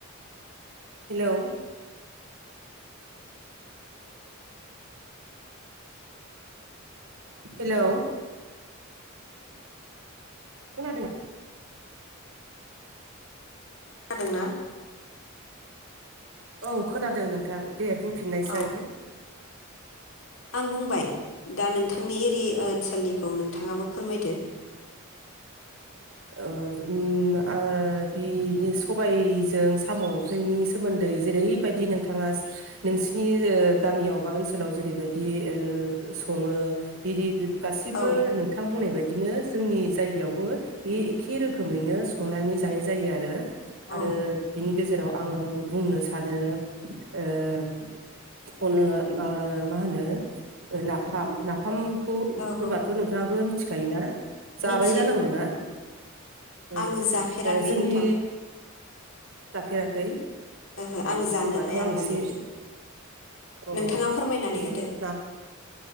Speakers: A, on the right; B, on the left.
A: हेलौ हेलौ खोनादों ना?
B: खोनादों ना?
A: औ खोनादों नोंथां। दे बुंफिननायसाय।
B: औ आं बुंबाय। दा नोंथांनि एरि ओनस लनिखौ नोंथाङाबो फोरमायदो।
A: ओ ओम आ बि नि सबायजों साम' ओंख्रिनि सोमोन्दै जेरैबायदि नोंथाङा नोंसिनि ओ गामियाव बा ओनसोलाव जेरैबायदि ओ सङो बिदि गासिबो
B: औ
A: नोंथां बुंनाय बायदिनो जोंनि जायगायावबो बे एखे रोखोमैनो संनानै जानाय जायो आरो
B: औ
A: आरो बिनि गेजेराव आङो बुंनो सानो ओ अनला मा मा होनो नाफाम-नाफाम खौ
B: औ
A: होनबाथ' नोंथाङाबो मि मिथिखायोना जाबाय
B: मिथियो
A: जानांगौ
B: नोंथां
A: ना औ
B: आङो जाफेराखै
A: जोंनि
B: नोंथां
A: जाफेराखै
B: ओहो
A: अ होनबाथ'
B: आं जानो हाया
A: आं
B: माने
A: एसे अ
B: नोंथाङा फोरमायनानै
A: दे
B: होदो
A: ना